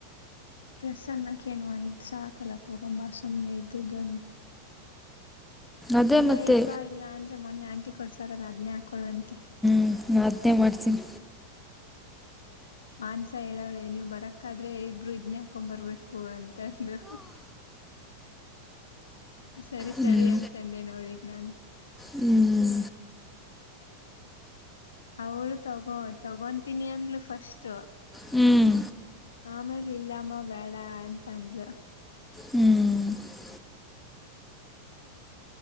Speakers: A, on the left; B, in the centre.
A: ಡ್ರೆಸ್ ಅನ್ನಕ್ಕ ಎನು ಒಂದ ಸಾಕಲ್ಲಾ ತಗೊಂಬಾ ಸುಮ್ನೆ ಇದ್ದದ್ದು ಒಂದು
B: ಅದೇ
A: ಇಲ್ಲೇ
B: ಮತ್ತೆ
A: ಐಯತ್ ಬಾ ಇಲ್ಲಾ ಅಂದ್ರೆ ಮೊನ್ನೆ ಆಂಟಿ ಕೊಡ್ಸಾರಲ್ಲಾ ಅದನೇ ಹಾಕೊಳಂತೆ
B: <unintelligible> ಅದೇ ಮಾಡಸಿನೀ
A: ಆನ್ಸ ಹೇಳವಳೆ ನೀವ್ ಬರಕಾದ್ರೆ ಇಬ್ರು ಇದ್ನೇ ಹಾಕೊಂಡ್ ಬರ್ಬೇಕು ಅಂತಂದ್ಲು ಸರಿ
B: ಹ್ಮ್
A: ಸರಿ ಅಂತನೆೆ ನೋಡಿಗ್ ನಾನು
B: ಹ್ಮ್
A: ಅವಳು ತಗೋ ತಗೊಂತೀನಿ ಅಂದ್ಲು ಫಸ್ಟು
B: ಹುಂ
A: ಆಮೇಲೆ ಇಲ್ಲಮ್ಮ ಬೇಡ ಅಂತಂದು
B: ಹ್ಞೂ